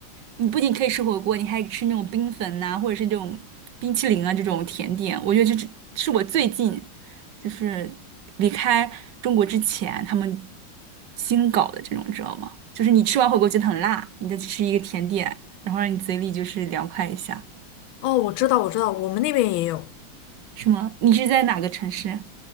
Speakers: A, on the right; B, on the left.
A: 你不仅可以吃火锅，你还吃那种冰粉呐、或者是这种冰淇淋啊这种甜点。我觉得这是是我最近就是离开中国之前他们新搞的这种，你知道吗？就是你吃完火锅觉得很辣，你再去吃一个甜点，然后让你嘴里就是凉快一下，
B: 哦，我知道，我知道，我们那边也有。
A: 是吗？你是在哪个城市？